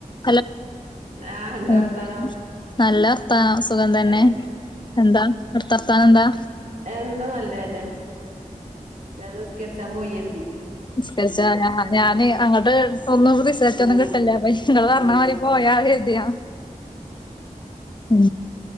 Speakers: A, on the left; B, on the right.
A: Hello
B: ആഹ് എന്താ
A: ഉം
B: വർത്താനം
A: നല്ലവർത്താനം സുഖം തന്നെ
B: ഏഹ്
A: എന്താ അവിടുത്തെ വർത്താനമെന്താ
B: എന്താനല്ലതന്നെ ഞാൻ നിസ്കരിച്ചാൻ പോയിരുതി
A: നിസ്കരിച്ചാഞാന് അങ്ങട്ട് ഒന്നും റിസൾട്ടൊന്നുംകിട്ടിയില്ല
B: ഉം
A: അപ്പൊ നിങ്ങളു പറഞ്ഞമാതിരിപോയാലെഴുതിയ
B: ഉം
A: ഉം